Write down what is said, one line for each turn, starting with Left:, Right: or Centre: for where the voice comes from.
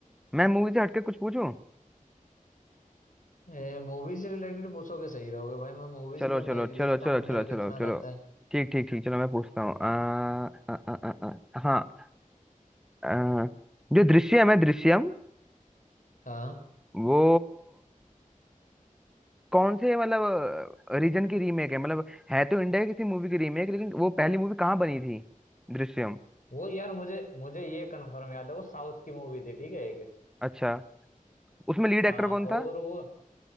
Centre: मैं मूवी से हटके कुछ पूछूं
Left: ए, मूवी से रिलेटेड पूछोगे सही रहोगे भाई मैं मूवी
Centre: चलो
Left: से कोई
Centre: चलो
Left: मैं भी
Centre: चलो
Left: देखता
Centre: चलो
Left: हूँ
Centre: चलो
Left: मेरा
Centre: चलो
Left: कितना रहता
Centre: चलो
Left: है
Centre: ठीक ठीक ठीक चलो मैं पूछता हूँ आ, आ, आ, आ, आ, हाँ आ, जो दृश्यम है दृश्यम
Left: हाँ
Centre: वो कौन से मतलब रीजन की रीमेक है मतलब है तो इंडिया की किसी मूवी की रीमेक लेकिन वो पहली मूवी कहाँ बनी थी दृश्यम
Left: वो यार मुझे मुझे ये कंफर्म याद है वो साउथ की मूवी थी ठीक है एक
Centre: अच्छा उसमें लीड
Left: हाँ
Centre: एक्टर कौन
Left: और
Centre: था
Left: वो